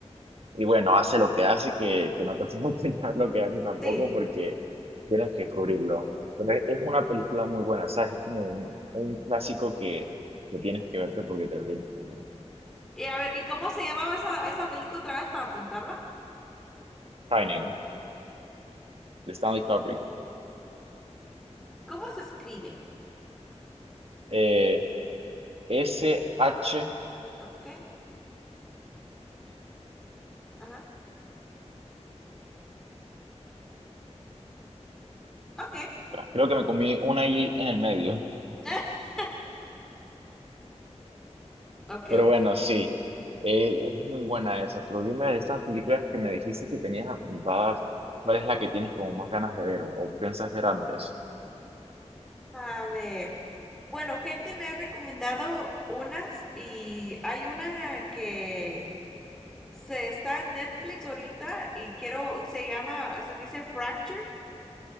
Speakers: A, on the right; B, in the centre.
A: y bueno, hace lo que hace, que, que no te puedo <laughs> explicar lo que hace tampoco
B: sí.
A: porque tienes que descubrirlo. Pero es es una película muy buena, ¿sabes? Es como un, un clásico que lo tienes que verte porque te lo tienes que ver.
B: Y a ver, ¿y cómo se llamaba esa, esa película otra vez para apuntarla?
A: Shining, de Stanley Kubrick.
B: ¿Cómo se escribe?
A: Eh, S-H-I-N-N-G.
B: Okay, ajá, okay.
A: Espera, Creo que me comí una I en el medio.
B: <laughs>
A: <laughs>
B: Okay,
A: Pero
B: okay.
A: bueno, sí, eh, es muy buena esa. Pero dime de esas películas que me dijiste que tenías apuntadas, ¿cuál es la que tienes como más ganas de ver o, o piensas ver antes?
B: A ver. Bueno, gente me ha recomendado unas y hay una que se está en Netflix ahorita y quiero, se llama, se dice Fractured.